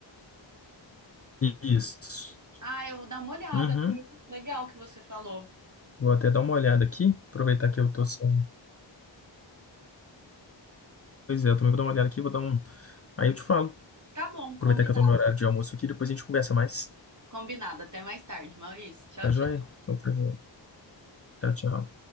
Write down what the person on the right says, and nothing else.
Ah, eu vou dar uma olhada,
viu? Legal que você falou.
Tá bom,
combinado.
Combinado. Até mais tarde, Maurício. Tchau,
tchau.